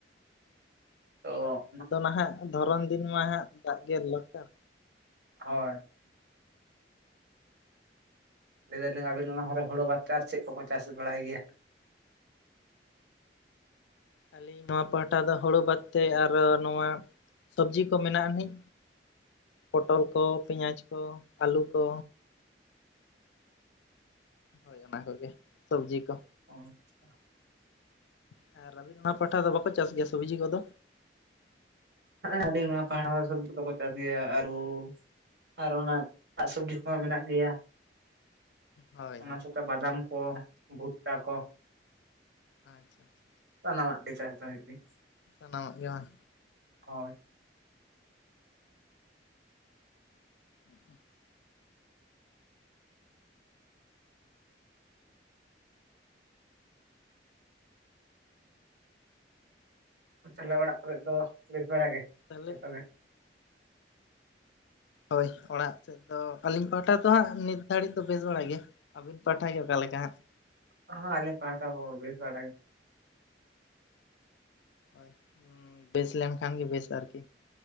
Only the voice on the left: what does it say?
ᱟᱫᱚ ᱱᱟᱦᱟᱜ ᱫᱷᱚᱨᱚᱱ ᱫᱤᱱ ᱢᱟ ᱦᱟᱸᱜ ᱫᱟᱜ ᱜᱮ ᱫᱚᱨᱠᱟᱨ᱾
ᱟᱹᱞᱤᱧ ᱱᱚᱣᱟ ᱯᱟᱦᱴᱟ ᱫᱚ ᱦᱳᱲᱳ ᱵᱟᱫ ᱛᱮ ᱟᱨᱚ ᱱᱚᱣᱟ ᱥᱚᱵᱽᱡᱤ ᱠᱚ ᱢᱮᱱᱟᱜ ᱟᱹᱱᱤᱡ, ᱯᱚᱴᱚᱞ ᱠᱚ, ᱯᱮᱧᱟᱪ ᱠᱚ ᱟᱞᱩ ᱠᱚ᱾ ᱦᱳᱭ ᱚᱱᱟ ᱠᱚᱜᱮ ᱥᱚᱵᱽᱡᱤ ᱠᱚ᱾
ᱦᱮᱸ ᱟᱨ ᱟᱵᱤᱱ ᱚᱱᱟ ᱯᱟᱦᱴᱟ ᱫᱚ ᱵᱟᱠᱚ ᱪᱟᱥ ᱜᱮᱭᱟ ᱥᱚᱵᱽᱡᱤ ᱠᱚᱫᱚ?
ᱦᱳᱭ
ᱟᱪᱪᱷᱟ ᱪᱷᱟ᱾
ᱥᱟᱱᱟᱢᱟᱜ ᱜᱮ ᱵᱟᱝ?
<inaudible>
ᱛᱟᱦᱚᱞᱮ
ᱦᱳᱭ, ᱚᱲᱟᱜ ᱥᱮᱫ ᱫᱚ ᱟᱹᱞᱤᱧ ᱯᱟᱦᱴᱟ ᱫᱚ ᱦᱟᱸᱜ ᱱᱤᱛ ᱫᱷᱟᱹᱲᱤᱡ ᱫᱚ ᱵᱮᱥ ᱵᱟᱲᱟ ᱜᱮ᱾ ᱟᱹᱵᱤᱱ ᱯᱟᱦᱴᱷᱟᱜᱮ ᱚᱠᱟᱞᱮᱠᱟ ᱦᱟᱸᱜ?
ᱦᱳᱭ, ᱵᱮᱥ ᱞᱮᱱᱠᱷᱟᱱ ᱜᱮ ᱵᱮᱥ ᱟᱨᱠᱤ᱾